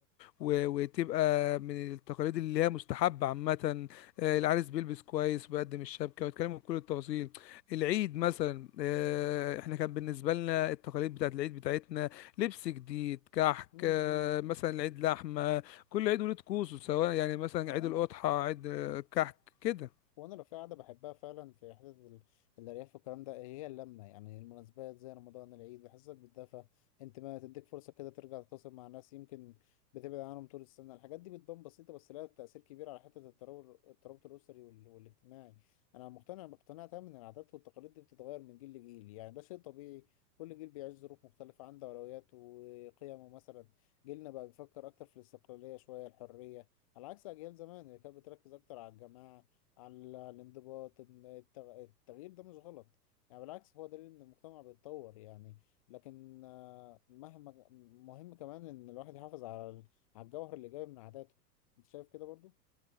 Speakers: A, on the left; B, on the left.
A: و- وتبقى من التقاليد اللي هي مستحبه عامه آه، العريس بيلبس كويس وبيقدم الشبكه ويتكلموا بكل التفاصيل العيد مثلا آه، احنا كان بالنسبه لنا التقاليد بتاعت العيد بتاعتنا لبس جديد كحك
B: مم،
A: آه،
B: مم، مم.
A: مثلا العيد لحمه كل عيد وليه طقوسه سواء يعني مثلا
B: هو
A: عيد
B: انا
A: الاضحى عيد آه، كحك كده
B: وانا لو في قعده بحبها فعلا في حته ال- الارياف والكلام ده هي اللمه يعني المناسبات زي رمضان العيد بحسك بتدفى انت ما تديك فرصه كده ترجع تتواصل مع ناس يمكن بتبعد عنهم طول السنه الحاجات دي بتبان بسيطه بس لها تاثير كبير على حته الترابط الترابط الاسري وال... والاجتماعي انا مقتنع باقتناع تام ان العادات والتقاليد دي بتتغير من جيل لجيل يعني ده شيء طبيعي كل جيل بيعيش ظروف مختلفه عنده اولويات وقيمه مثلا جيلنا بقى بيفكر اكتر في الاستقلاليه شويه الحريه على عكس اجيال زمان اللي كانت بتركز اكتر على الجماعه على الانضباط إن التغ- التغيير ده مش غلط يعني بالعكس هو دليل ان المجتمع بيتطور يعني لكن آه، مهما مهم كمان ان الواحد يحافظ على ال- على الجوهر الايجابي من عاداته انت شايف كده برضو